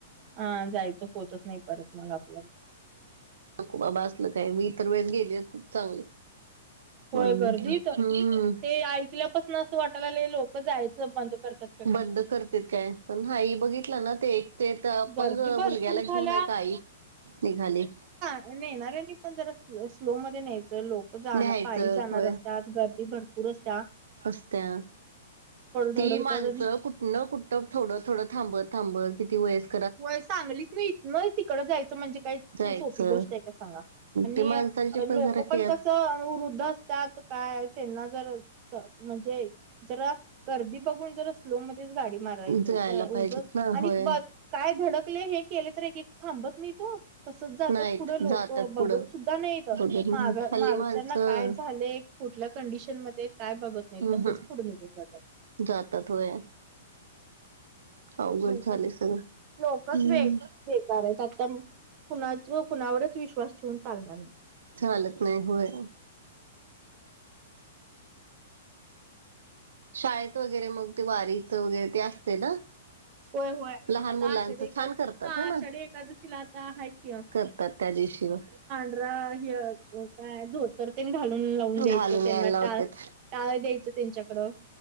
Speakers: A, on the right (about 40°); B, on the right (about 70°).
A: ह जायचं. होतच नाही परत मग आपल्या
B: खू आभासलं काय मी इतर वेळेस गेली खूप चांगले. म्हणून
A: होय गर्दीत
B: म्हटलं
A: ते
B: हम्म
A: ऐकल्यापासन असं वाटायला लागलंय लोक जायचं बंद करत्यात.
B: बंद करते काय पण नाई बघितला ना ते ते तर
A: गर्दी
B: पंग
A: भरपूर
B: मुलग्याला
A: झाल्या
B: घेऊन आहे का आई निघाली.
A: नेणार आहे मी पण नाही पण जरा स्लो मध्ये न्यायचं लोक जा
B: न्याहायचं
A: पायी जाणार
B: होय
A: असतत गर्दी भर. पूर रस्त्या
B: असत्या
A: धडकत्यात
B: ती माणसं
A: आणि
B: कुठनं कुठ? थोडं थोडं थांबत थांबत किती वयस.
A: व्हय सांगलीतन इथन तिकड जायचं म्हणजे काय
B: जायचं
A: सोपी गोष्ट आहे काय सांगा. आणि
B: ते माणसांची
A: लोक
B: जरा
A: पण
B: केअर
A: कसं वृद्ध अस. त्यात काय त्यांना जर म्हणजे जरा गर्दी बघून जर स्लो मध्येच गाडी मारायची
B: जायला
A: काय उगं
B: पाहिजेत ना
A: आणि
B: होय
A: बस. काय धडकले हे केले तर एक थांबत नाहीत. तसच जातात
B: नाहीत
A: पुढं लोक
B: जातात
A: बघत
B: पुढं
A: सुद्धा नाहीत
B: बघत
A: माग
B: नाही हल्ली
A: मागच्याना
B: माणसं
A: काय झालेय. कुठल्या कंडिशन मध्ये काय बघत नाही
B: हम्
A: तसंच
B: हम
A: पुुढे निघून जातात.
B: जातात व्हय. अवघड
A: लोकच
B: झालंय सगळं
A: लोकच
B: हम्म.
A: वे बेकार आहेत आता कुणा कुणावरच विश्वास ठेवून चालणार नाही.
B: चालत नाही होय. शाळेत वगैरे मग ते वारीच वगैरे ते असतंय ना.
A: होय होय
B: लहान
A: आता
B: मुलांचं
A: आषाढी एका
B: छान करतात
A: हा
B: ह ना
A: आषाढी एखकादशीला आता हाय की मग
B: करतात त्या दिवशी व
A: काय हे धोतर. तेन घालून लावून द्यायचं
B: घालून
A: त्यांना
B: यायला लावतेत
A: टाळ टाळ द्यायचं त्यांच्याकडं